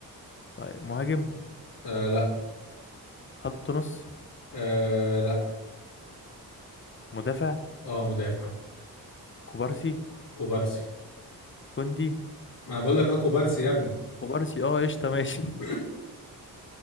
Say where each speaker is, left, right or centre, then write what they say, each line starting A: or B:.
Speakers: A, on the left (about 30°); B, on the left (about 70°).
A: طيب مهاجم
B: آه لا
A: خط نص
B: آه لا
A: مدافع
B: اه مدافع
A: كوبارسي
B: كوبارسي
A: كوندي
B: ما انا بقول لك اه كوبارسي يا ابني
A: كوبارسي اه قشطة ماشي
B: <laughs>